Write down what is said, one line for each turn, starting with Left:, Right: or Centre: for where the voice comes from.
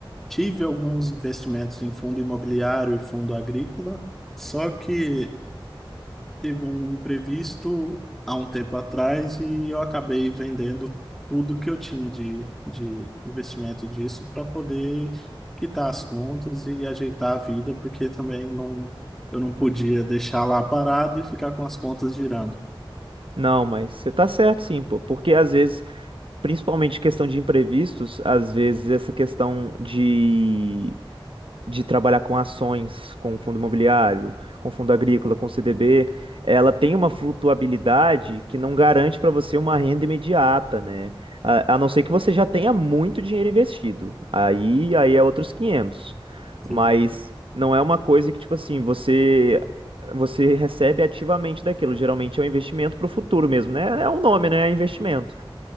Centre: tive alguns investimentos em fundo imobiliário e fundo agrícola, só que teve um imprevisto há um tempo atrás e eu acabei vendendo tudo que eu tinha de, de investimento disso para poder quitar as contas e ajeitar a vida, porque também não, eu não podia deixar lá parado e ficar com as contas girando.
Right: Não, mas você tá certo sim, pô, porque às vezes, principalmente questão de imprevistos, às vezes essa questão de de trabalhar com ações, com fundo imobiliário, com fundo agrícola, com CDB, ela tem uma flutuabilidade que não garante para você uma renda imediata, né? A, a não ser que você já tenha muito dinheiro investido. Aí, aí é outros 500.
Centre: Sim,
Right: Mas não é uma coisa que, tipo assim, você você recebe ativamente daquilo. Geralmente é um investimento para o futuro mesmo, né? É um nome, né? É investimento.